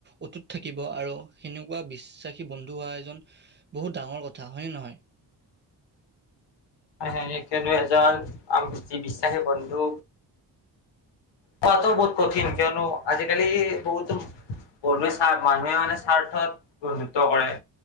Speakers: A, on the right (about 25°); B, on the left (about 85°).
A: অটুত থাকিব আৰু সেনেকুৱা বিশ্বাসী বন্ধু হোৱা এজন- বহুত ডাঙৰ কথা হয় নে নহয়।
B: সেই কিয়নো এজন আমি বিশ্বাসী বন্ধু কোৱাটো বহুত কঠিন, কিয়নো আজিকালি বহুত বহুতে স্বাৰ্থ মানুহে মানে স্বাৰ্থত বন্ধুত্ব কৰে।